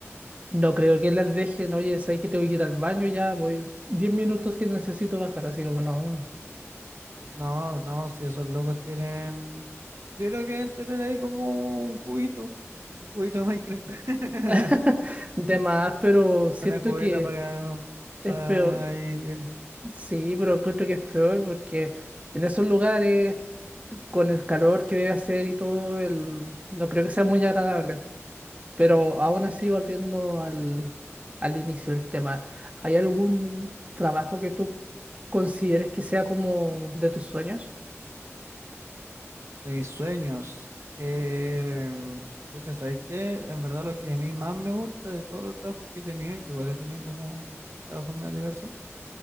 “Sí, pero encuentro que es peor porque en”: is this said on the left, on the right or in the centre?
Right